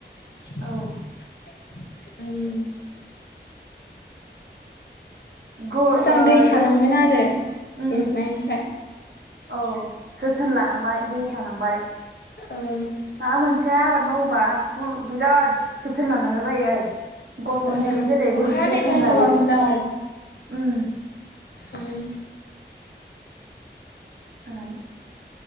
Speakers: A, on the left; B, on the right.
A: <inaudible>
B: औ
A: उम।
B: गर
A: मोजां
B: ओ
A: दै थानांगोन
B: जे
A: आरो
B: उम
A: देरनायनिफ्राय।
B: औ जोथोन लानांबाय दै थानांबाय।
A: ओं
B: मा मोनसे आबाद मावोबा बिराद जोथोन लानांगौ जायो आरो गथ'
A: ओ
B: उन्दैखौ जेरै
A: अखा
B: जोथोन
A: हानाय टाइगाबा
B: लायो
A: मोजां
B: उम।
A: आरो
B: <unintelligible>